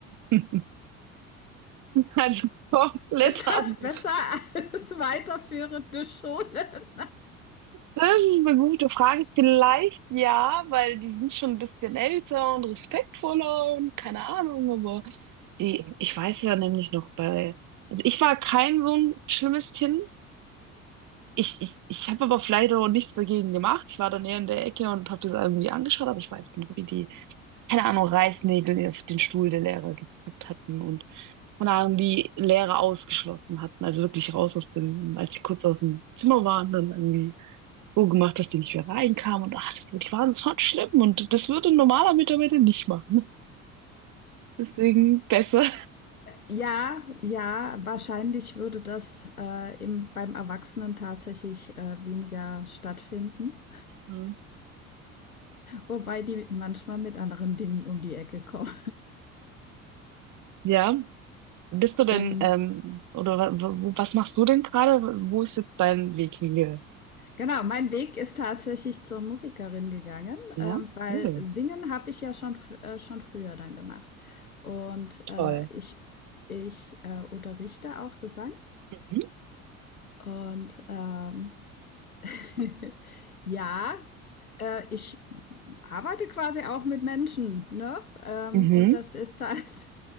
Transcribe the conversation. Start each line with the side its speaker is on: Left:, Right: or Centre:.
Right: <laughs> Also komplett
Left: Ist
Right: anders.
Left: das besser als weiterführende Schule?
Right: Das ist eine gute Frage. Vielleicht ja, weil die sind schon ein bisschen älter und respektvoller und keine Ahnung, aber die, ich weiß ja nämlich noch bei, also ich war kein so ein schlimmes Kind. Ich, ich, ich habe aber vielleicht auch nichts dagegen gemacht. Ich war dann eher in der Ecke und habe das irgendwie angeschaut, aber ich weiß genau, wie die, keine Ahnung, Reißnägel auf den Stuhl der Lehrer gepackt hatten und keine Ahnung, die Lehrer ausgeschlossen hatten. Also wirklich raus aus dem, als sie kurz aus dem Zimmer waren, dann irgendwie so gemacht, dass die nicht mehr reinkamen und ach, das, die waren so schlimm und das würde ein normaler Mitarbeiter nicht machen. <laughs> Deswegen besser.
Left: Ja, ja, wahrscheinlich würde das äh, im, beim Erwachsenen tatsächlich äh, weniger stattfinden.
Right: Mhm.
Left: Wobei die manchmal mit anderen Dingen um die Ecke kommen,
Right: Ja, bist du denn,
Left: um
Right: ähm, oder wa- wa- wo- was machst du denn gerade? Wo ist jetzt dein Weg hingegangen?
Left: Genau, mein Weg ist tatsächlich zur Musikerin gegangen,
Right: Ja,
Left: ähm, weil
Right: cool.
Left: Singen habe ich ja schon, f- äh, schon früher dann gemacht. Und äh,
Right: Toll.
Left: ich, ich äh, unterrichte auch Gesang.
Right: Mhm.
Left: Und ähm, <laughs> ja, äh, ich arbeite quasi auch mit Menschen, ne? Ähm,
Right: Mhm.
Left: und das ist halt